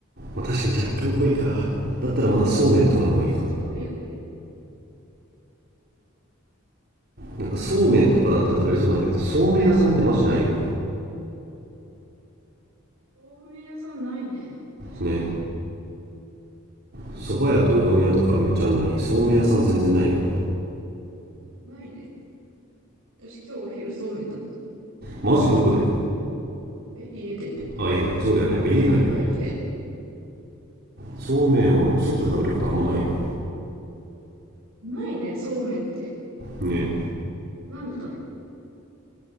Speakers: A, on the right; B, on the right.
A: あ、確かに若干濃いかだったらまだそうめんとかの方がいいか
B: うん。あれめっちゃ濃いよね、あれ。
A: なんかそうめんとかだったら食べれそうだけどそうめん屋さんってマジないよ
B: そうめん屋さんないね。確かに。
A: なねそば屋とうどん屋とかめっちゃあるのにそうめん屋さん全然ないよな
B: 私今日、ないね。私今日お昼そうめん食べた。
A: マジどこで
B: え、家で、
A: あ家でかそうだよねやっぱ家になるよね
B: 湯がいて。
A: そうめんを外で食べることあんまないよな
B: ないね、そうめんって。
A: ね
B: なんでだろ